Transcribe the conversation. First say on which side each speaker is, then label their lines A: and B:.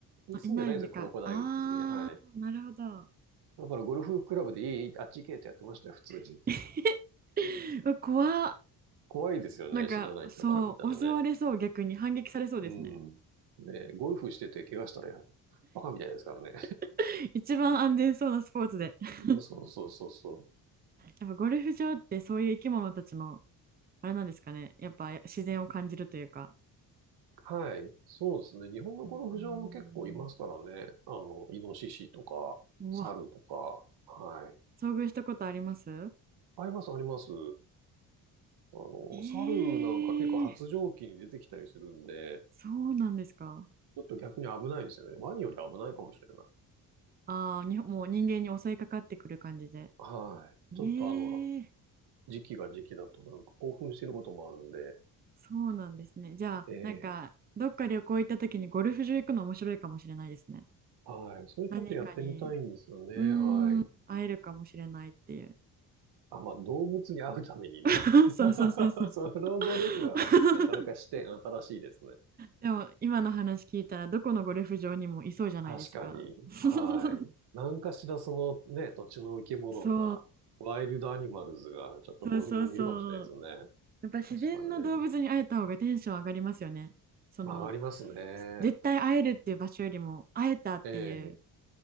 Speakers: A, on the right; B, on the right.
A: に住んでないんですよ、
B: あ、いないんでか。
A: クロコダイルって。
B: あー、
A: はい。
B: なるほど。
A: だからゴルフクラブでいい、いいあっち行けってやってましたよ、普通に。
B: <laughs> うわ怖っ。
A: 怖いですよね、
B: なんか、
A: 知らない人から見たらね。
B: そう、襲われそう、逆に反撃されそうですね。
A: うん。ね、ゴルフしてて怪我したらや、バカみたいですからね。
B: <laughs> 一番安全そうなスポーツで。
A: <laughs>
B: <laughs>
A: そうそうそうそう。
B: やっぱゴルフ場ってそういう生き物たちの、あれなんですかね。やっぱや自然を感じるというか。
A: はい。そうですね。日本のゴルフ場も結構いますからね。
B: うーん。
A: あの、イノシシとか、
B: うわ、
A: 猿とか、はい。
B: 遭遇したことあります
A: あります、あります。あの、
B: えー、
A: 猿なんか結構発情期に出てきたりするんで、
B: そうなんですか。
A: ちょっと逆に危ないですよね。ワニより危ないかもしれない。
B: ああ、に、もう人間に襲いかかってくる感じで。
A: はい。ちょっとあの、
B: ええ
A: 時期が時期だとなんか興奮してることもあるんで、
B: そうなんですね。じゃあ、
A: ええ
B: なんか、どっか旅行行った時にゴルフ場行くの面白いかもしれないですね。
A: はい。それちょっとやってみたいんですよね。
B: 何かに、うーん、
A: はい。
B: 会えるかもしれないっていう。
A: あ、まあ、動物に会うためにね。
B: <laughs>
A: <laughs>
B: そうそうそうそう。
A: ソロゴルフはなかなか視点新しいですね。
B: <laughs> でも、今の話聞いたら、どこのゴルフ場にもいそうじゃないですか。
A: 確かに。
B: <laughs>
A: はい。何かしらそのね、土地の生き物が、
B: そ
A: ワイルドアニマルズがちょっとゴルフ場にいるかもしれないですよね。
B: う、そうそうそう。やっぱ自然の動物に会えた方がテンション上がりますよね。
A: 確かにね。
B: その、
A: 曲がりますね。
B: 絶対会えるっていう場所よりも、会えたっていう、
A: ええ。